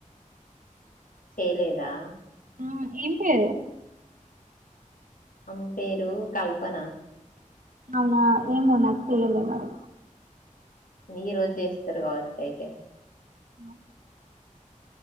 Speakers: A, on the left; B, on the right.
A: చేయలేదా
B: ఆ ఇంతే
A: ఆమే పేరు కల్పన
B: అవునా ఏం నా తీయలే మరి
A: ఈ రోజు చేస్తారు కావచ్చు అయితే
B: ఉ